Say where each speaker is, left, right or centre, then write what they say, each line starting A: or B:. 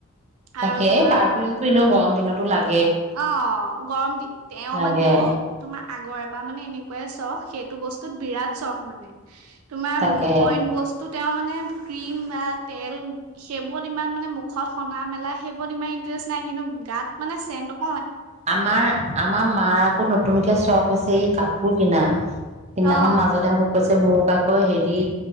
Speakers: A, on the right; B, on the right.
A: তাকে
B: আৰু তোমাৰ
A: পাৰফিউম টো এনেও গৰম দিনতো লাগ
B: অ', গৰম দি তেওঁ
A: লাগে
B: মানে তোমাৰ আগৰে পৰা মানে এনে কে চখ সেইটো বস্তুত বিৰাট চখ মানে। তোমাৰ
A: তাকে
B: অইন বস্তু তেওঁ মানে ক্ৰীম বা তেল সেইবোৰত ইমান মানে মুখত সনা মেলা সেইবোৰত ইমান ইন্টাৰেষ্ট নাই, কিন্তু গাত মানে চেণ্ট অক
A: আমাৰ, আমাৰ মাৰ আকৌ নতুনকে চখ ছে এই কাপোৰ কিনা। সিদনাখন
B: অ
A: মাজতে মোক কৈছে মোৰ কাক আকৌ হেৰি